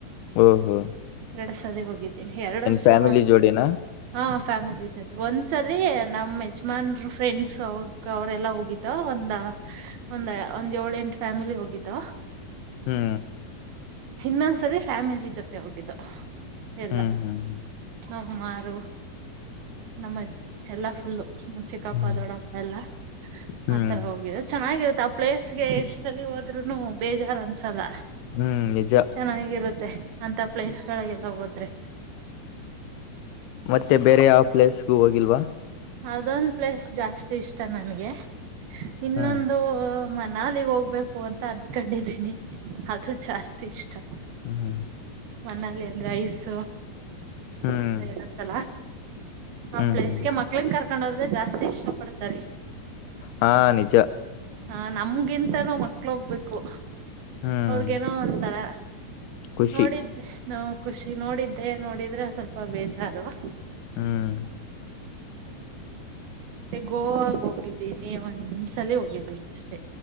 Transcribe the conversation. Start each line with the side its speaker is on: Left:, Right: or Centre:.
Left: ಓ ಹೋ
Right: ಎರಡ್ ಸಾರಿಿಗೆ ಹೋಗಿದ್ದೀನಿ ಎರಡು ವರ್ಷ
Left: ಫ್ಯಾಮಿಲಿ
Right: ಮ
Left: ಜೋಡಿನಾ
Right: ಹ ಫ್ಯಾಮಿಲಿ ಜೊತೆ ಒಂದ್ಸರಿ ನಮ್ಮ್ ಯಜಮಾನ್ರ ಫ್ರೆಂಡ್ಸ್ ಅವ್ರ ಅವ್ರಲ್ಲಾ ಹೋಗಿದ್ರು ಒಂದ ಒಂದ ಒಂದ್ ಏಳ ಎಂಟು ಫ್ಯಾಮಿಲಿ ಹೋಗಿದ್ದ
Left: ಹ್ಮ್
Right: ಇನ್ನೊಂದ್ಸರಿ ಫ್ಯಾಮಿಲಿ ಜೊತೆ ಹೋಗಿದ್ದು ಎಲ್ಲ
Left: ಹ್ಮ್ ಹ್ಮ್ ಹ್ಮ್
Right: ನಮ್ಮ ಮಾರು ನಮ್ಮ ಎಲ್ಲಾ ಫುಲ್ಲು ಚಿಕ್ಕಪ್ಪ
Left: ಹ್ಮ್
Right: ದೊಡ್ಡಪ್ಪ ಎಲ್ಲ
Left: ಹ್ಮ್
Right: ಆತರ ಹೋಗಿದೆ ಚೆನ್ನಾಗಿರುತ್ತೆ ಆ ಪ್ಲೇಸ್ ಗೆ ಇಷ್ಟಲ್ಲಿ ಹೋದ್ರುನು ಬೇಜಾರ್ು ಅನ್ಸಲ್ಲ
Left: ಹ್ಮ್ ನಿಜ
Right: ಚೆನ್ನಾಗಿರುತ್ತೆ ಅಂತ ಪ್ಲೇಸ್ಗಳಿಗೆಲ್ಲ ಹೋದ್ರೆ
Left: ಮತ್ತೆ ಬೇರೆ ಯಾವ ಪ್ಲೇಸ್ಗೂ ಹೋಗಿಲ್ವಾ
Right: ಅದೊಂದು ಪ್ಲಸ್ ಜಾಸ್ತಿ ಇಷ್ಟ ನನ್ಗೆ ಇನ್ನೊಂದು
Left: ಹ್ಮ್
Right: ಮನಾಲ ಹೋಗ್ಬೇಕು ಅಂತ ಅನ್ಕೊಂಡಿದೀನಿ ಅದುದು ಜಾಸ್ತಿ ಇಷ್ಟ
Left: ಹ್ಮ್ ಹ್ಮ
Right: ಮನಾಲ ಅಂದ್ರೆ ಐಸ
Left: ಹ್ಮ್
Right: ಎಲ್ಲ ಏನ್ತಲ್ಲ ಆ
Left: ಹ್ಮ್
Right: ಪ್ಲೇಸ್ಗೆ
Left: ಹ್ಮ್
Right: ಮಕ್ಳನ್ ಕರ್ಕೊಂಡೋದ್ರೆ ಜಾಸ್ತಿ ಇಷ್ಟ ಪಡ್ತಾರಿ
Left: ಹಾ ನಿಜ
Right: ಹ ನಮ್ಗಿಂತನೂ ಮಕ್ಳ ಹೋಗ್ಬೇಕು
Left: ಹ್ಮ್
Right: ಅವ್ರಗೇನೋ ಒಂತಾರ
Left: ಖುಷಿ
Right: ನೋಡಿದ್ದೆ ನಾವು ಖುಷಿ ನೋಡಿದ್ದೆ ನೋಡಿದ್ರೆ ಸ್ವಲ್ಪ ಬೇಜಾರವಾ
Left: ಹ್ಮ್
Right: ಮೆ ಗೋವಾಗ ಹೋಗಿದ್ದೀನಿ ಒಂದ್ಸಲ ಹೋಗಿದ್ದೀನಿ ಅಷ್ಟೆ